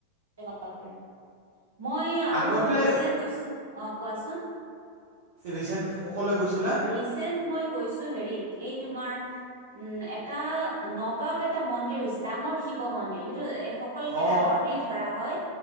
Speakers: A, on the right; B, on the right.
A: হয় হয়। মই আৰু
B: আগতে
A: ৰিচেন্ট গৈছো অ কোৱাচোন।
B: ৰিচেণ্ট ক'লৈ গৈছিলা
A: ৰিচেণ্ট মই গৈছো হেৰিত এই তোমাৰ উম এটা নগাঁওত এটা মন্দিৰ হৈছে ডাঙৰ শিৱ মন্দিৰ সেইটো সকলোতকে
B: অঁ
A: ডাঙৰ বুলি ধৰা হয়।